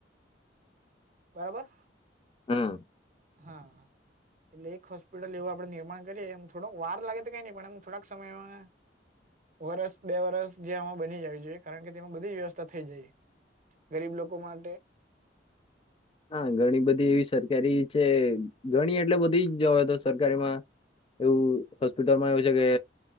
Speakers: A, on the right; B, on the left.
A: બરાબર.
B: હમ.
A: હા. એટલે એક હોસ્પિટલ એવુ આપડે નિર્માણ કરીએ એમ થોડોક વાર લાગે તો કઈ નહીં પણ એ થોડાક સમયમાં. વરસ બે વરસ જે આમાં બની જાય છે કારણ કે તેમાં બધી જ વ્યવસ્થા થઈ જાય. ગરીબ લોકો માટે.
B: હા ઘણી બધી એવી સરકારી છે ઘણી એટલે બધી જોય તો સરકારી માં. એવું હોસ્પિટલમાં એવું છે કે